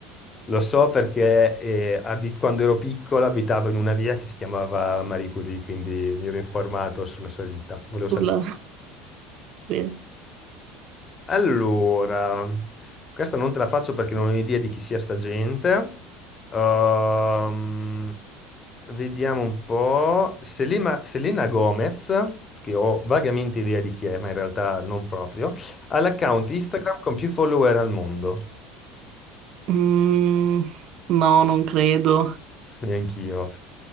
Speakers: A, on the left; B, on the right.
A: Lo so perché eh, abit- quando ero piccolo abitavo in una via che si chiamava Marie Curie, quindi mi ero informato sulla sua vita. Volevo
B: Sulla...
A: sapere.
B: <laughs> Bene.
A: Allora, questa non te la faccio perché non ho idea di chi sia sta gente. Ehm, vediamo un po'. Selena, Selena Gomez, che ho vagamente idea di chi è, ma in realtà non proprio, ha l'account Instagram con più follower al mondo.
B: Mm, no, non credo.
A: Neanch'io.